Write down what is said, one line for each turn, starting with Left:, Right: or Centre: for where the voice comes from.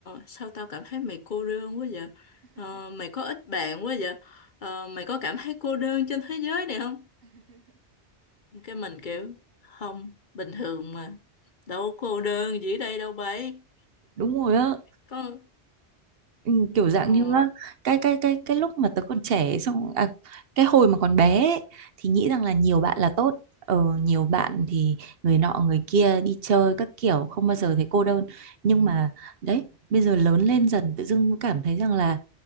Left: sao tao cảm thấy mày cô đơn quá vậy? Ờ, mày có ít bạn quá vậy? Ờ, mày có cảm thấy cô đơn trên thế giới này không? Cái mình kiểu, không, bình thường mà. Đâu có cô đơn gì ở đây đâu bấy.
Right: đúng rồi á
Left: Có,
Right: Ừ, kiểu dạng
Left: ờ.
Right: như á, cái cái cái cái lúc mà tớ còn trẻ xong à, cái hồi mà còn bé ấy, thì nghĩ rằng là nhiều bạn là tốt ờ, nhiều bạn thì người nọ người kia đi chơi các kiểu không bao giờ thấy cô đơn nhưng mà đấy bây giờ lớn lên dần tự dưng cảm thấy rằng là